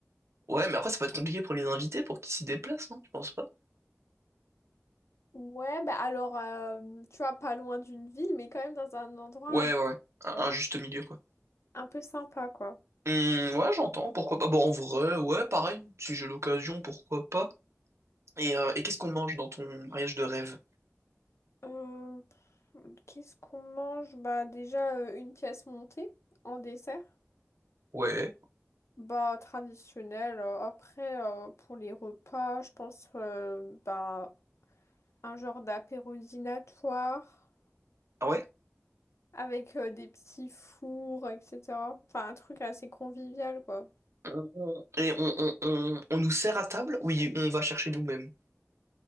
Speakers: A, on the right; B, on the left.
A: ouais, mais après, ça peut être compliqué pour les invités, pour qu'ils s'y déplacent, non? Tu penses pas?
B: Ouais, bah alors, euh, tu vois, pas loin d'une ville, mais quand même dans un endroit
A: Ouais,
B: un peu,
A: ouais, ouais. Un,
B: euh,
A: un juste milieu, quoi.
B: un peu sympa, quoi.
A: Hum, ouais, j'entends, pourquoi pas. Bon, en vrai, ouais, pareil, si j'ai l'occasion, pourquoi pas. Et, euh, et qu'est-ce qu'on mange dans ton mariage de rêve?
B: Euh, qu'est-ce qu'on mange? Bah déjà, euh, une pièce montée en dessert.
A: Ouais.
B: Bah, traditionnel. euh, Après, euh, pour les repas, je pense euh, bah, un genre d'apéro dînatoire
A: Ah ouais?
B: avec euh, des petits fours, etc. Enfin, un truc assez convivial, quoi.
A: On- Et on, on, on, on nous sert à table? Oui, on va chercher nous-mêmes.